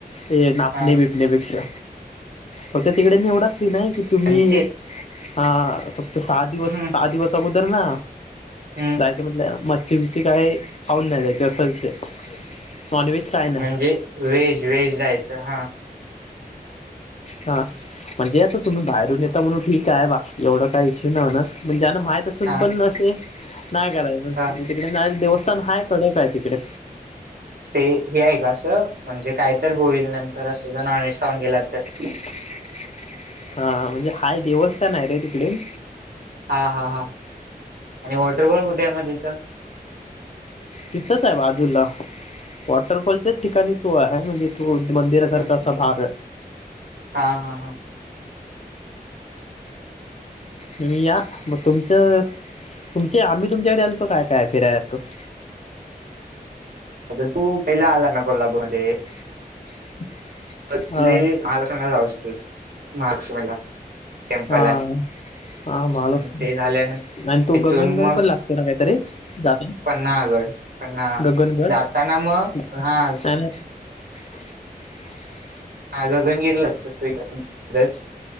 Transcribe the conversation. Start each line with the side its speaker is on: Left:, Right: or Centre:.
Left: ते नापणे
Right: हा
Left: बि- -पण्यापेक्षा. फक्त तिकडे एवढाच सीन आहे की तुम्ही
Right: मनचे
Left: आ - फक्त सहा दिवस,
Right: हम्म
Left: सहा दिवस अगोदर ना?
Right: हम्म
Left: जायचं म्हटलं मच्छी बिच्छी काही खाऊन नाही जायच असा विषय. नॉनव्हेज खाय-
Right: म्हणजे व्हेज व्हेज जायचं. हां.
Left: हां. म्हणजे आता तुम्ही बाहेरून येता म्हणून ठीक आहे बा. एवढं काय इश्यू नाही होणार. पण ज्यांना माहित- असून
Right: हा
Left: पण असे. नाही कराय
Right: हा
Left: तिकडे देवस्थान हाय कडक हाय तिकडे.
Right: ते हे आहे का असं? म्हणजे काय तर होईल नंतर असं. जर नॉनव्हेज खाऊन गेलात तर.
Left: <inaudible> हा, म्हणजे हाय देवस्थान आहे रे तिकडे.
Right: हा, हा, हा आणि वॉटरबॉल कुठ आहे म तिथं?
Left: तिथंच आहे बाजूला, वॉटरफॉलच्याच ठिकाणी तो आहे म्हणजे मंदिरा सारख
Right: हम्म.
Left: असं भाग.
Right: हा, हा, हा.
Left: तुम्ही या, म तुमचं तुमचे आम्ही तुमच्याकडे आलतो काय- काय फिराय सारखं. <inaudible>
Right: आता तू पहिला आला ना कोल्हापूरमध्ये.
Left: <inaudible>
Right: कसली,
Left: हा
Right: महालक्ष्मीला जाऊ शकतोस महालक्ष्मीला. टेम्पल
Left: हा.
Right: आहे
Left: हा महालक्ष्मी,
Right: आणि ते झाल्यानंतर
Left: आणि तो
Right: तिथून
Left: गगनगड
Right: मग
Left: पण लागतो ना काहीतरी जा
Right: पन्हाळगड पन्हा
Left: गगगनगड नाही,
Right: जाताना मग हा
Left: नाही. <inaudible>
Right: आ, गगनगिरी लागतो इथंच इथं.